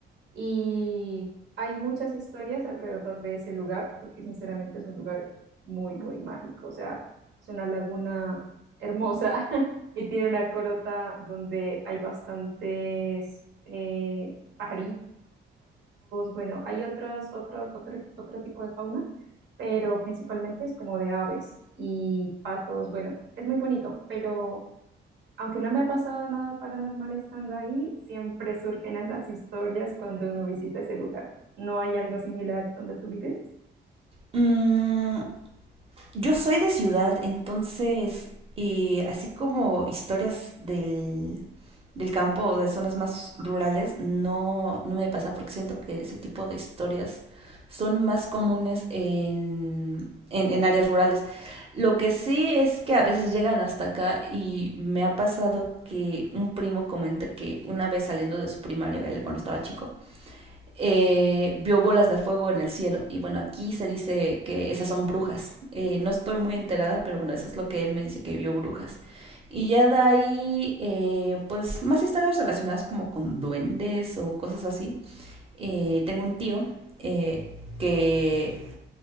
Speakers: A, on the right; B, on the right.
A: Y hay muchas historias alrededor de ese lugar, porque sinceramente es un lugar muy, muy mágico. O sea, es una laguna hermosa <laughs> y tiene una corota donde hay bastantes eh, pajaritos bueno, hay otros, otro, otro, otro tipo de fauna, pero principalmente es como de aves y patos. Bueno, es muy bonito, pero aunque no me ha pasado nada paranormal estando ahí, siempre surgen esas historias cuando uno visita ese lugar. ¿No hay algo similar donde tú vives?
B: mm, Yo soy de ciudad, entonces, eh, así como historias del, del campo o de zonas más rurales, no, no me pasa porque siento que ese tipo de historias son más comunes en, en, en áreas rurales. Lo que sí es que a veces llegan hasta acá y me ha pasado que un primo comenta que una vez saliendo de su primaria, él cuando estaba chico, eh, vio bolas de fuego en el cielo. Y bueno, aquí se dice que esas son brujas. Eh, no estoy muy enterada, pero bueno, eso es lo que él me dice que vio brujas. Y ya de ahí, eh, pues más historias relacionadas como con duendes o cosas así. Eh, tengo un tío eh, que